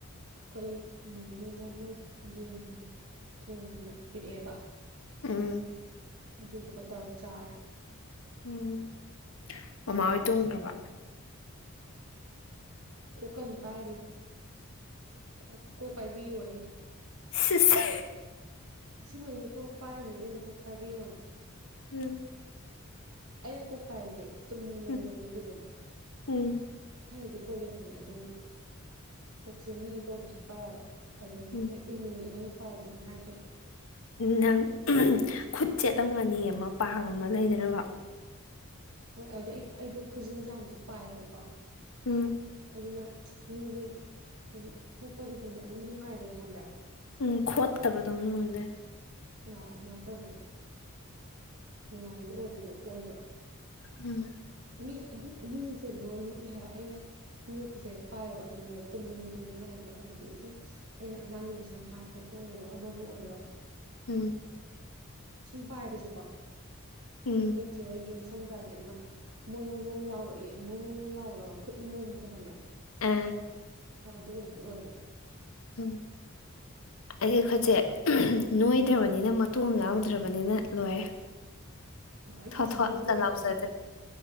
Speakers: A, on the right (about 80°); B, on the left (about 70°).
A: ꯑꯩꯈꯣꯏ ꯃꯃꯤꯅ ꯃꯣꯏ ꯌꯦꯟ ꯊꯣꯡꯉꯦꯅ ꯄꯤꯔꯛꯑꯦꯕ
B: ꯎꯝ
A: ꯑꯗꯨꯗꯨꯒ ꯇꯧꯔꯥ ꯆꯥꯔꯦ
B: ꯎꯝ ꯃꯃꯥ ꯍꯣꯏ ꯇꯨꯝꯒꯔꯕꯣ
A: ꯀꯣꯛ ꯀꯥꯟ ꯄꯥꯔꯤ ꯀꯣꯛ ꯀꯣꯛ ꯄꯥꯏꯕꯤ ꯌꯣꯌꯦ
B: ꯁꯤꯁ
A: ꯑꯁꯦꯡꯕꯩꯅꯦ ꯀꯣꯛ ꯄꯥꯏꯅꯤ ꯏꯕꯦꯝꯃꯥ ꯀꯣꯛ ꯄꯥꯏꯕꯤꯌꯣꯅ
B: ꯎꯝ
A: ꯑꯩꯅ ꯀꯣꯛ ꯄꯥꯏꯕꯁꯦ ꯇꯨꯝꯅꯤꯡꯕꯅꯦꯕ
B: ꯎꯝ
A: ꯃꯤꯁꯦ ꯑꯗꯨꯝ
B: ꯎꯝ
A: ꯑꯩꯁꯨ ꯀꯣꯂꯦꯖꯇꯅꯦ ꯑꯗꯨꯝ ꯀꯣꯛꯁꯦ ꯃꯤꯒꯤ ꯀꯣꯛꯁꯦ ꯍꯦꯛ ꯄꯥꯏꯔꯕ ꯑꯗꯨꯅꯦ
B: ꯎꯝ
A: ꯚꯥꯏ ꯎꯏꯅꯤꯡꯉꯑꯦ ꯅꯪ ꯄꯥꯏꯕꯥꯁꯦ ꯑꯗꯨꯝ ꯍꯥꯏꯔꯛꯇꯣꯏꯅꯦ
B: ꯅꯪ ꯈꯨꯠ ꯆꯦꯠꯂꯝꯒꯥꯅꯤꯌꯦꯃꯄꯥꯡ ꯑꯃ ꯂꯩꯗꯅꯕ
A: ꯍꯣꯏ ꯑꯗꯨꯗ ꯑꯩ ꯑꯩꯗꯣ ꯈꯨꯖꯤꯟꯁꯦ ꯌꯥꯝꯁꯨ ꯄꯥꯏꯌꯦꯕꯀꯣ
B: ꯎꯝ
A: ꯑꯗꯨꯅ ꯃꯤꯒꯤ ꯍꯥꯏꯗꯤ ꯍꯣꯠꯄ ꯒꯨꯝꯕ ꯑꯗꯨꯝꯕ ꯑꯗꯨꯝ ꯅꯨꯡꯉꯥꯏꯕꯗꯣ ꯈꯪꯕ꯭ꯔꯥ
B: ꯎꯝ ꯈꯣꯠꯇꯕꯗꯣ ꯃꯤꯉꯣꯟꯗ
A: ꯑ ꯑꯗꯨꯃꯥꯏꯅ ꯇꯧꯕꯗꯣ ꯅꯨꯡꯉꯥꯏꯕꯗꯣ ꯑꯣꯏꯕꯗꯣ ꯑꯣꯏꯕ
B: ꯎꯝ
A: ꯃꯤ ꯑꯗꯨꯝ ꯃꯤꯁꯦ ꯂꯣꯏꯃꯛꯅꯦ ꯍꯥꯏꯕ ꯑꯩꯅ ꯄꯤꯕ ꯈꯨꯠꯁꯦꯛ ꯄꯥꯏꯔꯕ ꯑꯗꯨꯝꯅ ꯇꯨꯝꯅꯤꯡꯉꯤ ꯇꯨꯝꯅꯤꯡꯉꯦ ꯍꯥꯏꯗꯕ ꯑꯗꯒꯤ ꯁꯨꯝ ꯑꯩꯅ ꯑꯉꯥꯡꯒꯤ ꯃꯁꯝ ꯍꯥꯠꯄꯕꯨ ꯑꯣꯏꯔꯣ ꯑꯃꯕꯨ ꯑꯣꯏꯔꯣ
B: ꯎꯝ
A: ꯁꯨꯝ ꯄꯥꯏꯕꯁꯦ ꯀꯦ ꯑꯩꯈꯣꯏ
B: ꯎꯝ
A: ꯆꯦ ꯍꯣꯏꯒꯤ ꯁꯪ ꯄꯥꯏꯕꯥꯁꯦ ꯑꯃ ꯃꯣꯟ ꯃꯣꯟ ꯃꯣꯟ ꯂꯥꯎꯔꯛꯏ ꯃꯣꯟ ꯃꯣꯟ ꯂꯥꯎꯕꯗꯧꯅ ꯈꯨꯠ ꯃꯣꯟꯕꯗꯣ ꯈꯪꯕꯔꯥ
B: ꯑ
A: ꯑ ꯑꯗꯨ ꯑꯣꯏꯕꯗꯣ ꯑꯣꯏꯌꯦꯕꯥ
B: ꯎꯝ ꯑꯩꯗꯤ ꯈꯠꯁꯦ ꯅꯣꯏꯗ꯭ꯔꯕꯅꯤꯅ ꯃꯇꯣꯡ ꯌꯥꯎꯗ꯭ꯔꯕꯅꯤꯅ ꯂꯣꯏꯔꯦ
A: ꯑꯣ ꯑꯩꯈꯣꯏꯁꯦ
B: ꯊꯣꯠ ꯊꯣꯠꯀ
A: ꯅꯣꯏꯕ ꯑꯣꯏꯔꯔꯣ
B: ꯂꯥꯎꯖꯗ꯭ꯔꯦ